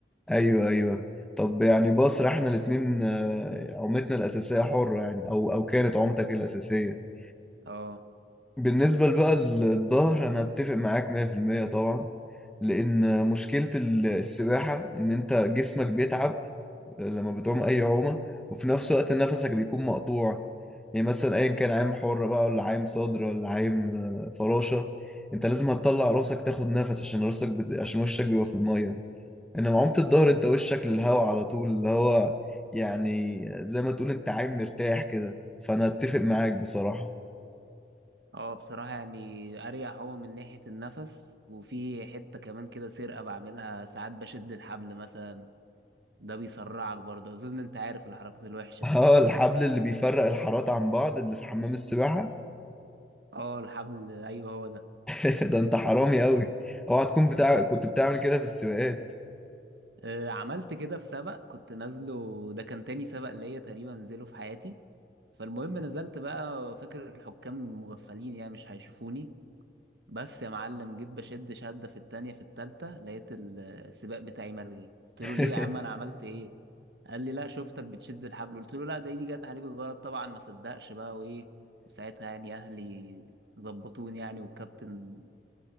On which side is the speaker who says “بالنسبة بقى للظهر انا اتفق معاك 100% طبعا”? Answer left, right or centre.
Centre